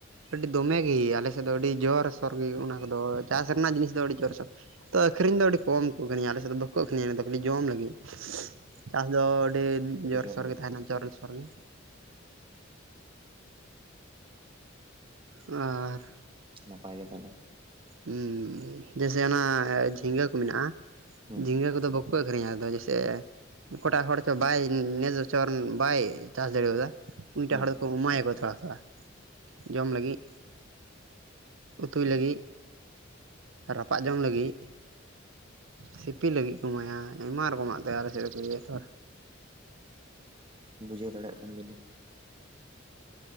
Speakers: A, on the right; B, on the right.
A: ᱟᱹᱰᱤ ᱫᱚᱢᱮ ᱜᱮ ᱟᱞᱮ ᱥᱮᱫ ᱫᱚ ᱟᱹᱰᱤ ᱡᱚᱨᱥᱚᱨ ᱜᱮ ᱚᱱᱟ ᱠᱚᱫᱚ ᱪᱟᱥ ᱨᱮᱱᱟᱜ ᱡᱤᱱᱤᱥ ᱫᱚ ᱟᱹᱰᱤ ᱡᱚᱨᱥᱚᱨ, ᱛᱚ ᱟᱹᱠᱠᱷᱨᱤᱧ ᱫᱚ ᱟᱹᱰᱤ ᱠᱚᱢ ᱠᱚ ᱟᱹᱠᱠᱷᱨᱤᱧᱟ ᱟᱞᱮᱥᱮᱫ ᱫᱚ ᱵᱟᱠᱚ ᱟᱹᱠᱠᱷᱨᱤᱧᱟ ᱚᱱᱟᱫᱚ ᱠᱷᱟᱹᱞᱤ ᱡᱚᱢ ᱞᱟᱹᱜᱤᱫ᱾ ᱪᱟᱥ ᱫᱚ ᱟᱹᱰᱤ
B: ᱥᱩᱫᱷᱩ
A: ᱡᱚᱨᱥᱚᱨ
B: ᱡᱚᱢ ᱞᱟᱹᱜᱤᱫ
A: ᱜᱮ ᱛᱟᱦᱮᱱᱟ ᱡᱚᱨᱥᱚᱨ ᱜᱮ᱾ ᱟᱨᱻ
B: ᱱᱟᱯᱟᱭ ᱜᱮ ᱛᱟᱦᱚᱞᱮ᱾
A: ᱦᱩᱸ ᱡᱮᱭᱥᱮ ᱚᱱᱟ ᱡᱷᱤᱸᱜᱟᱹ ᱠᱚ ᱢᱮᱱᱟᱜᱼᱟ᱾
B: ᱦᱩᱸ
A: ᱡᱷᱤᱸᱜᱟᱹ ᱠᱚᱫᱚ ᱵᱟᱹ ᱠᱚ ᱟᱹᱠᱷᱨᱤᱧᱟ ᱟᱫᱚ ᱡᱮᱭᱥᱮ ᱚᱠᱟᱴᱟᱜ ᱦᱚᱲ ᱪᱚ ᱵᱟᱭ ᱱᱮᱥ ᱵᱚᱪᱚᱨ ᱵᱟᱭ ᱪᱟᱥ ᱫᱟᱲᱮᱣᱟᱫᱟ᱾ ᱩᱱᱤᱴᱟᱜ
B: ᱦᱩᱸ
A: ᱦᱚᱲ ᱫᱚᱠᱚ ᱮᱢᱟᱭᱟᱠᱚ ᱛᱷᱚ ᱦᱟᱥᱟ ᱡᱚᱢ ᱞᱟᱹᱜᱤᱫ᱾ ᱩᱛᱩᱭ ᱞᱟᱹᱜᱤᱫ, ᱨᱟᱯᱟᱜ ᱡᱚᱝ ᱞᱟᱹᱜᱤᱫ, ᱥᱤᱯᱤ ᱞᱟᱹᱜᱤᱫ ᱠᱚ ᱮᱢᱟᱭᱟ ᱟᱭᱢᱟ ᱨᱚᱠᱚᱢᱟᱜ ᱛᱮ ᱟᱞᱮ ᱥᱮᱫ ᱨᱮᱠᱚ ᱤᱭᱟᱹᱭᱟ ᱛᱚ᱾
B: ᱵᱩᱡᱷᱟᱹᱣ ᱫᱟᱲᱮᱭᱟᱜ ᱠᱟᱱ ᱜᱮᱞᱤᱧ᱾